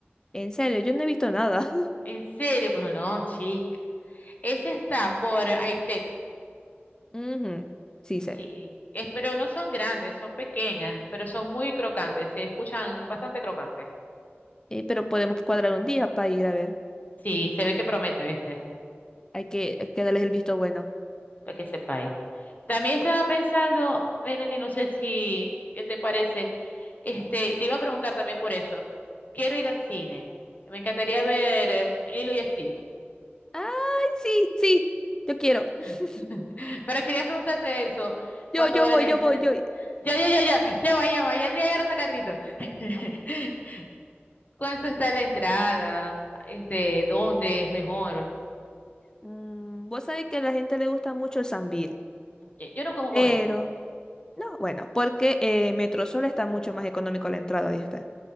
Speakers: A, on the left; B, on the left.
A: En serio, yo no he visto nada. <laughs>
B: En serio, pero no, chica. Ese está por Airtek.
A: Ujú, Sí sé.
B: Sí, es, pero no son grandes, son pequeñas, pero son muy crocantes, se escuchan bastante crocantes.
A: Eh, pero podemos cuadrar un día para ir a ver.
B: Sí, se ve que promete, ¿viste?
A: Hay que, hay que darles el visto bueno.
B: para que sepáis. También estaba pensando, Melanie, no sé si, ¿qué te parece? Este, y te iba a preguntar también por eso. Quiero ir al cine. Me encantaría ver eh, Lilo y Stitch.
A: ¡Ay, sí, sí! Yo quiero.
B: <laughs>
A: <laughs>
B: Pero quería preguntarte eso. ¿Cuánto
A: Yo, yo
B: vale
A: voy,
B: la entrada?
A: yo voy, yo.
B: Ya, ya, ya, ya, ya va, ya va, ya estoy agarrando carrito. <laughs> ¿Cuánto está la entrada? Este, ¿dónde es mejor?
A: Mm, vos sabés que a la gente le gusta mucho el Sambil.
B: Ok, Yo no como
A: Pero,
B: con eso,
A: no, bueno, porque eh, Metrosol está mucho más económico la entrada, ¿viste?